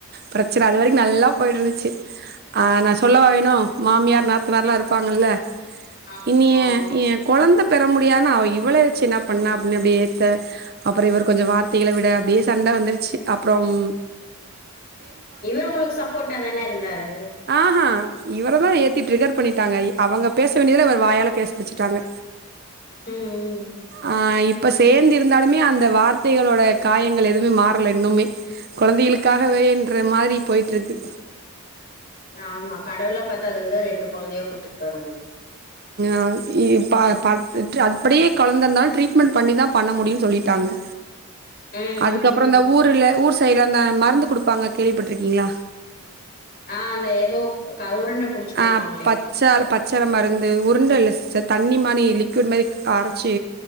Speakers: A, on the right; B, on the left.
A: பிரச்சன அது வரைக்கு நல்லா போயிட்டு இருந்துச்சி ஆனா சொல்லவா வேணு மாமியார் நந்தனார்ல்லா இருப்பாங்கல்ல
B: ஆமா
A: இனி ஏ
B: ஆமா.
A: ஏ கொழந்தப் பெற முடியாதுனா அவ இவள வச்சி என்ன பண்ண அப்படின்னு அப்டியே ஏத்த அப்பறோ இவரு கொஞ்சோ வார்த்தைகள விட அப்டியே சண்ட வந்துருச்சி அப்பறம்
B: இவரு உங்களுக்கு சப்போட்டா தான இருந்தாரு
A: ஆஹா இவரதா ஏத்தி ட்ரிகர் பண்ணிட்டாங்க அவங்க பேச வேண்டியதெல்லா இவர் வாயால பேச வச்சிட்டாங்க
B: ம் ம்.
A: ஆ இப் ப சேந்து இருந்தாலுமே அந்த வார்த்தைகளோட காயங்கள் எதுவுமே மாறல இன்னுமே கொழந்தைகளுக்காகவேன்ற மாரி போயிட்டு இருக்கு
B: ஆமா கடவுளா பாத்து அதுக்குதா ரெண்டு கொழந்தையா குடுத்துருக்காரு உங்களுக்
A: ஆ இப் பா பாத் ட்ரு அதுபடியே கொழந்த இருந்தாலு ட்ரீட்மெண்ட் பண்ணிதா பண்ண முடியும்னு சொல்லிட்டாங் ங்க
B: ம் ம்
A: அதுக்கப்பறோ
B: ம்
A: தா ஊருல ஊர் சைடுல அந்த மருந்து குடுப்பாங்க கேள்விப்பட்டுருக்கீங்களா
B: ஆ அந்த ஏதோ க உருண்ட புடிச்சு குடுப்பாங்களே
A: ஆ பச்சால பச்சல மருந்து உருண்ட இல்ல சிஸ்டர் தண்ணி மா ரி லிக்விட் மாரி அரச்சு